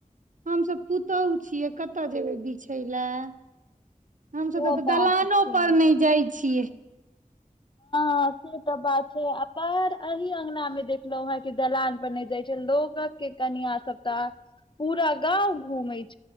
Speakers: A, on the right (about 65°); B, on the left (about 35°).
A: हमसभ पुतहु छियै कतऽ जेबै बिछय लए
B: सेहो
A: हमसभ तऽ तऽ
B: बात
A: दलानोपर
B: छै
A: नहि जाइ छियै
B: हं से त' बात छै आ पहर अही अंगनामे देखलों हं कि दलान पर नहि जाय छै लोगक के कनियां सब त पूरा गाँव घुमेै छै